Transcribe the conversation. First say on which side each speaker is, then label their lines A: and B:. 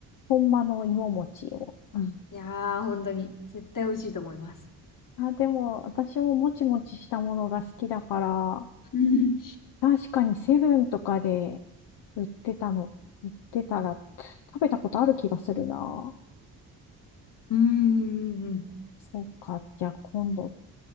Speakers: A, on the left (about 65°); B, on the left (about 45°).
A: 本場の芋餅を。うん
B: いやー、本当に絶対美味しいと思います。
A: あ、でも、私ももちもちしたものが好きだから、
B: <laughs> うん。
A: 確かにセブンとかで売ってたの、売ってたら食べたことある気がするな。
B: うんうんうん
A: そうか。じゃあ今度、